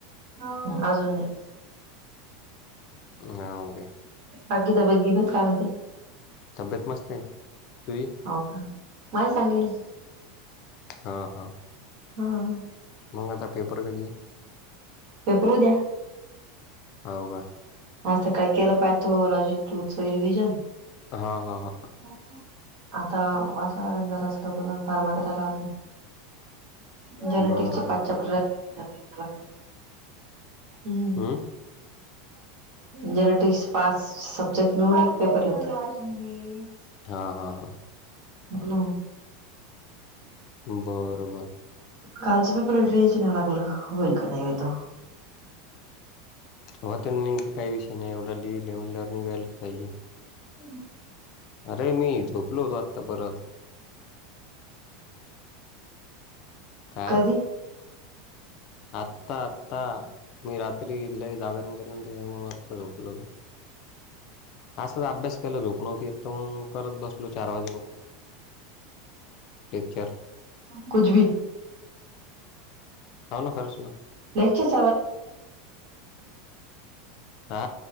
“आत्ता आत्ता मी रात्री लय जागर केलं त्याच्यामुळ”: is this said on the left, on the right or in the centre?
Left